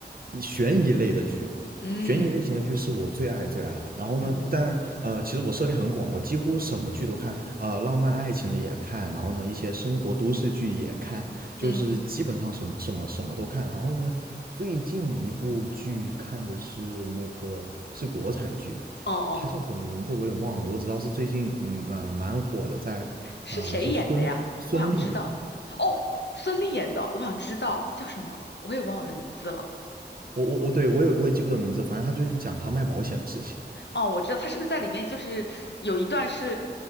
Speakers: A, on the right; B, on the left.
A: 一悬疑类的剧，
B: 嗯
A: 悬疑类型的剧是我最爱最爱的。然后呢，
B: 嗯
A: 但呃，其实我涉猎很广，我几乎什么剧都看，呃，浪漫爱情的也看，然后呢，一些生活都市剧也看，就是基本上什么什么什么都看。
B: 嗯，
A: 然后呢，最近一部剧看的是那个是国产剧，
B: 哦哦，
A: 它叫什么名字我有点忘了，我只知道是最近嗯呃蛮火的，在呃是孙孙俪演。
B: 是谁演的呀？我想知道。哦，孙俪演的，我想知道叫什么，我也忘了名字了。
A: 我我我对我也我也记不得名字，反正他就是讲他卖保险的事情，
B: 哦，我知道她是不是在里面就是有一段是